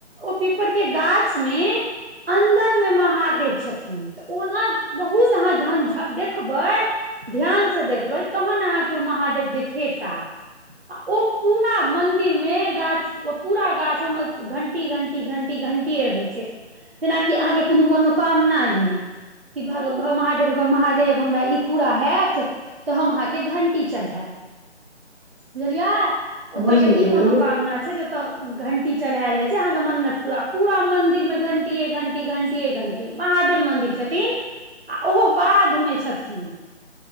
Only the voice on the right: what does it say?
ओ पीपर के गाछ मे अन्दर मे महादेव छथिन तऽ ओना बहुत अहाँ जहन देखबै ध्यानसँ देखबै तहन अहाँके ओ महादेव देखेताह आ ओ पूरा मंदिर में गाछ पूरा गाछ ओमे घंटी घंटी घंटी घंटीए रहै छै जेनाकि अहाँके कोनो मनोकामना ये कि भ महादेव महादेव हमरा ई पूरा होयत तऽ हम अहाँके घंटी चढ़ायब बुझलियै ओतय
के
ई मनोकामना
छै जे ओतय घंटी चढ़ायल जाइ छै अहाँके मन्नत पुरा पूरा मंदिर मे घंटीए घंटी घंटीए घंटी महादेव मंदिर छथि आ ओहो बाद मे छथिन